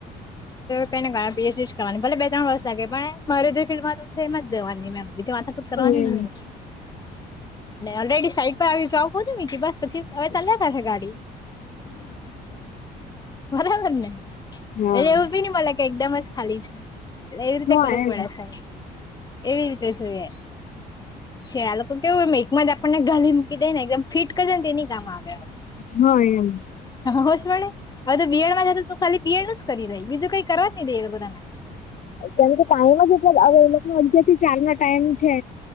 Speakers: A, on the left; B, on the left.
A: કઈને બી એ સીજ કરવાની ભલે બે તણ વસકે પણ મારે જે ફિલ્માં છે એમ જવાની મેમ. બીજે માથાક જ કરવાની
B: એમ
A: ન ને ઓલરેડી સાઈક પર આવીસ પછી. હવે ચલ્યા કર હે ગાડી બરાબને.
B: હા
A: એટલે
B: હા
A: એવું બી ની મલે કે એકદમ જ ખાલી છે. એટલે એવી રીતે
B: એમ
A: કરવું
B: હા એમ
A: પડે છે એવી રીતે જોઈએ છે. તો કેવું એમ એકમાં જ આપણને ગાલી મૂકી દે ને એકદમ ફિટ કરે ને તેની કામ આવેે.
B: હ એમ
A: હોશ મળે હવે તો બીયડમાં જ તો ખાલી બિએડ નું જ કરી રહી બીજું કઈ કરવા જ નહી રે બધાને.
B: કેમ કે પાણી જેટલો એટલે હવે એ અગયાર થી ચાર ના ટાઈમ છે